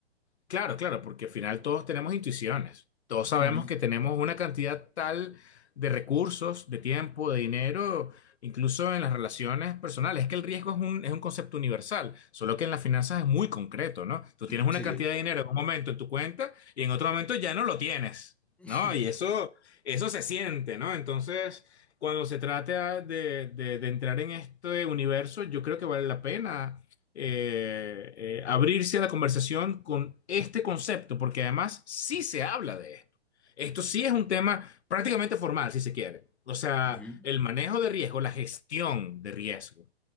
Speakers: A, on the left; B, in the centre.
A: Claro, claro, porque al final todos tenemos intuiciones. Todos sabemos
B: Ujú.
A: que tenemos una cantidad tal de recursos, de tiempo, de dinero, incluso en las relaciones personales. Es que el riesgo es un, es un concepto universal, solo que en las finanzas es muy concreto, ¿no? Tú tienes una
B: Sí,
A: cantidad
B: sí.
A: de dinero en un momento en tu cuenta y en otro momento ya no lo tienes,
B: <laughs>
A: ¿no? Y eso, eso se siente, ¿no? Entonces, cuando se trata de, de de entrar en este universo, yo creo que vale la pena eh, eh, abrirse a la conversación con este concepto, porque además sí se habla de esto. Esto sí es un tema prácticamente formal, si se quiere. O sea,
B: Ujú.
A: el manejo de riesgo, la gestión de riesgo.